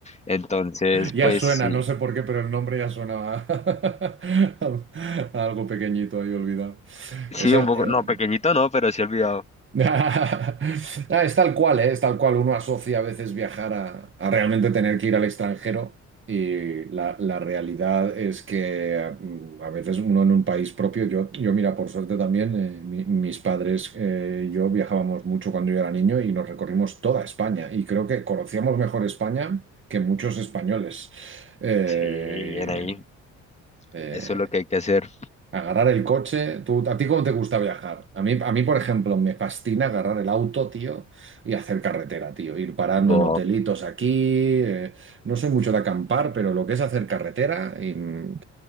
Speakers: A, on the left (about 20°); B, on the right (about 40°).
A: Entonces,
B: Ya
A: pues
B: suena,
A: sí,
B: no sé por qué, pero el nombre ya suena a, <laughs> a algo pequeñito ahí olvidado.
A: sí,
B: Esa,
A: un poco,
B: eh,
A: no, pequeñito no, pero sí olvidado.
B: <laughs> Ah, es tal cual, ¿eh? Es tal cual. Uno asocia a veces viajar a, a realmente tener que ir al extranjero y la, la realidad es que mm, a veces uno en un país propio, yo, yo mira, por suerte también, eh, mi- mis padres eh, y yo viajábamos mucho cuando yo era niño y nos recorrimos toda España y creo que conocíamos mejor España que muchos españoles. Eh,
A: Sí, bien ahí,
B: eh,
A: eso es lo que hay que hacer.
B: Agarrar el coche. ¿Tú, a ti cómo te gusta viajar? A mí, a mí, por ejemplo, me fascina agarrar el auto, tío, y hacer carretera, tío. Ir parando
A: bo
B: en hotelitos aquí. eh, no soy mucho de acampar, pero lo que es hacer carretera, y, mm,